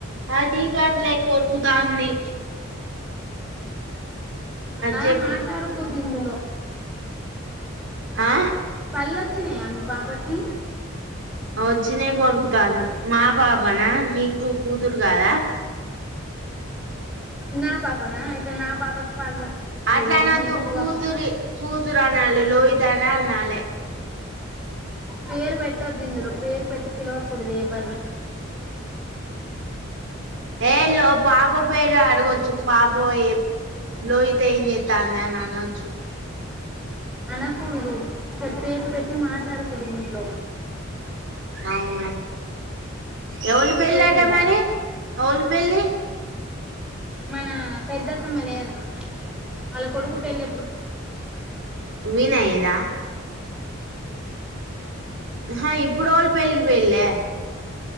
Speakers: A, on the right; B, in the centre.
A: అది కాదులే కోరుకుతాంది
B: ఆ
A: చెప్పు
B: మాట్లాడుకుద్ ఇందలో
A: ఆ
B: పలొచ్చినాయ మీ ప పాపకి
A: వచ్చినే కొరుకుతాంది మా పాపనా నీకు కూతురు కాదా
B: నా పాపన అయితే నా పాపకీ పళ్ళు వచ్చినయి బోనా
A: అట్లా అనొద్దు
B: ఇంకు
A: కూతురి
B: కాకుతాంది
A: కూతురు అనాలి లోహిత అని అనాలే
B: పేరు పెట్టద్దు ఇందులో పేరు పెట్టి పిలవకూడదు ఎవరు
A: ఏ లో పాప పేరు అడుగు చూ పాప ఏం లోహిత ఏం చేతంది అని అనొచ్చు
B: అనకూడదు అసలు పేర్లు బేట్టి మాట్లాడ కుడుంగలోు
A: అవునా ఎవుళ పెళ్లట
B: తెలీదా
A: మరి ఎవుళ పెళ్లి
B: మన పెద్దత్తమ్మ లేదా వాళ్ళ కొడుకు పెళ్లి
A: వినయ్దా
B: హ
A: ఆ ఇప్పుడు ఏవాలి పెళ్లికిపోయిలే